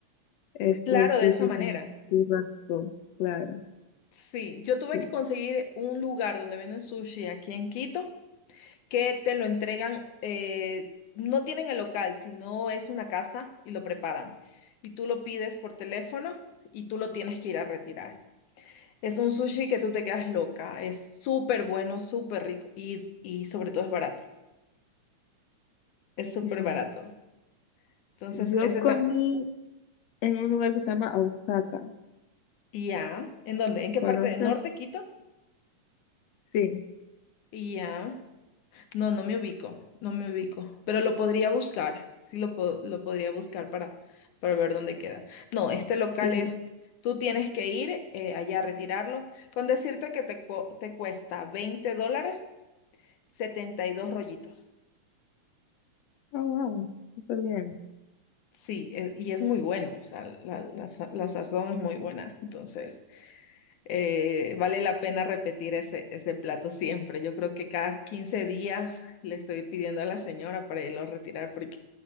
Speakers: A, on the left (about 70°); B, on the left (about 90°).
A: este
B: claro,
A: sushi
B: de esa manera.
A: con churrasco, claro,
B: Sí, yo tuve
A: sí.
B: que conseguir un lugar donde venden sushi aquí en Quito que te lo entregan, eh, no tienen el local, sino es una casa y lo preparan. Y tú lo pides por teléfono y tú lo tienes que ir a retirar. Es un sushi que tú te quedas loca, es súper bueno, súper rico y, y sobre todo es barato, es súper
A: Mm.
B: barato. Entonces,
A: Yo
B: ese
A: comí
B: Ah, tam-
A: en un lugar que se llama Osaka,
B: y ya, ¿en dónde? ¿En qué
A: ¿conoces?
B: parte? de ¿Norte, Quito?
A: Sí,
B: Y ya. No, no me ubico, no me ubico, pero lo podría buscar, sí lo, po- lo podría buscar para, para ver dónde queda. No, este local
A: sí.
B: es, tú tienes que ir eh, allá a retirarlo, con decirte que te, cu- te cuesta 20 dólares, 72 rollitos.
A: Oh, wow, súper bien.
B: Sí, eh, y es muy bueno, o sea, la, la sa- la sazón es muy buena, entonces eh, vale la pena repetir ese, ese plato siempre. Yo creo que cada 15 días le estoy pidiendo a la señora para irlo a retirar porque